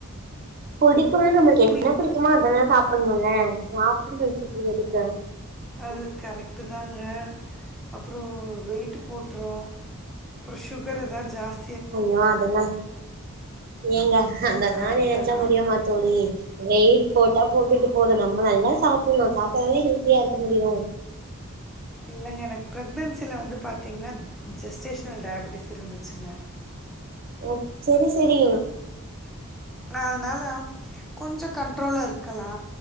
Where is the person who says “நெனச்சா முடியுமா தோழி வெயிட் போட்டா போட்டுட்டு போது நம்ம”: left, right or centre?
Right